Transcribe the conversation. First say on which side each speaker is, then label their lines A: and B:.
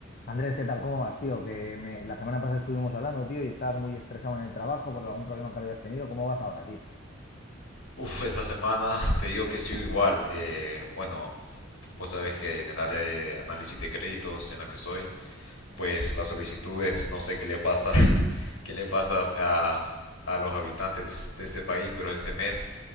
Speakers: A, on the left; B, on the left.
A: Andrés, ¿qué tal? ¿Cómo vas, tío? Que me- la semana pasada estuvimos hablando, tío, y estabas muy estresado en el trabajo por algún problema que habías tenido. ¿Cómo vas ahora, tío?
B: Uf, esta semana te digo que sigo igual. Eh, bueno, vos sabés que en el área de análisis de créditos en la que estoy, pues las solicitudes, no sé qué le pasa, <laughs> qué le pasa a, a los habitantes de este país, pero este mes